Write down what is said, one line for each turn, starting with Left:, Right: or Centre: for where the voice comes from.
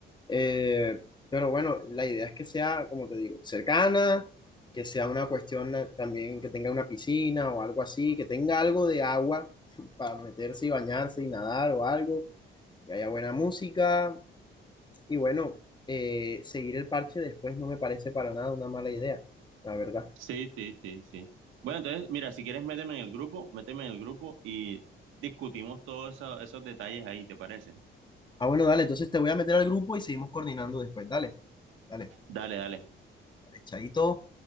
Left: Eh, pero bueno, la idea es que sea, como te digo, cercana, que sea una cuestión eh, también que tenga una piscina o algo así, que tenga algo de agua <laughs> para meterse y bañarse y nadar o algo, que haya buena música. Y bueno, eh, seguir el parche después no me parece para nada una mala idea, la verdad.
Right: Sí, sí, sí, sí. Bueno, entonces, mira, si quieres, méteme en el grupo, méteme en el grupo y discutimos todos eso- esos detalles ahí, ¿te parece?
Left: Ah, bueno, dale, entonces te voy a meter al grupo y seguimos coordinando después. Dale, dale,
Right: Dale, dale.
Left: dale, chaito.